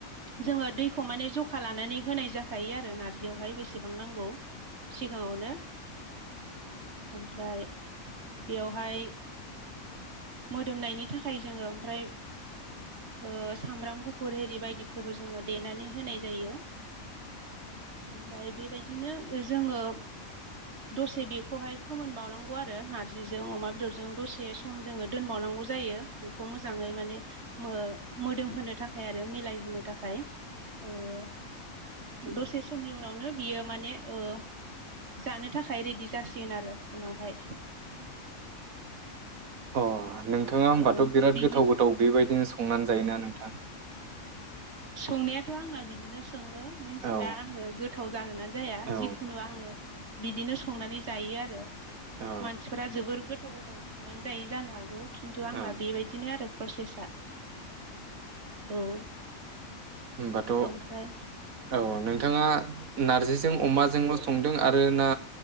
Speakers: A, on the right; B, on the right.
A: जोङो दैखौ माने जखा लानानै होनाय जाखायो आरो नारजियावहाय बेसेबां नांगौ सिगाङावनो ओमफ्राय बेयावहाय मोदोमनायनि थाखाय जोङो ओमफ्राय ओ सामब्राम गुफुर हेरि बायदिफोरबो जोङो देनानै होनाय जायो ओमफ्राय बेबायदिनो जोङो दसे बेखौहाय फोमोन बावनांगौ आरो नारजिजों अमा बेदरजों द से सम जोङो दोनबावनांगौ जायो बेखौ मोजाङै माने मो-मोदोम होनो थाखाय आरो मिलायहोनो थाखाय ओ ओ दसे समनि उनावनो बियो माने ओ जानो थाखाय रेडि जासिगोन आरो उनावहाय
B: अ नोंथाङा होमबाथ'
A: औ
B: बिराद
A: बिदि
B: गोथाव-गोथाव बेबायदिनो संनानै जायोना नोंथां
A: संनायाथ' आंना बिदिनो सङो मोनथिला
B: औ
A: आङो गोथाव जागोन ना जाया
B: औ
A: जिखुनु आङो बिदिनो संनानै जायो आरो
B: औ
A: मानसिफोरा जोबोर गोथाव-गोथाव सं नानै जायै जानो हागौ खिन्थु आंना
B: औ
A: बेबायदिनो आरो प्रसेसा औ
B: होमबाथ' औ
A: ओमफ्राय
B: नोंथाङा नारजिजों अमाजोंल' संदों आरो ना